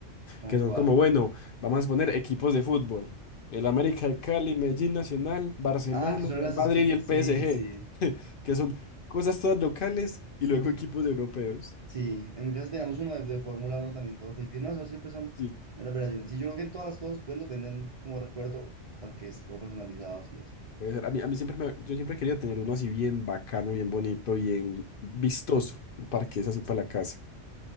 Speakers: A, on the right; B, on the left.
A: ¿Cómo
B: que son
A: cuál?
B: como, bueno, vamos a poner equipos de fútbol. El América de Cali, Medellín Nacional, Barcelona,
A: Ah, que suenan
B: Real
A: las
B: Madrid
A: esquinas.
B: y el PSG,
A: Sí, sí, sí.
B: que son cosas todas locales y luego equipos europeos.
A: Sí, en mi casa tenemos uno de, de Fórmula uno también, todos ficticios. No, eso siempre son
B: Sí,
A: meras operaciones Sí, yo creo que en todas las, todos los pueblos venden como recuerdo parques como personalizados y eso.
B: puede ser. A mí, a mí siempre me- yo siempre he querido tener uno así bien bacano, bien bonito, bien vistoso, un parqués así para la casa.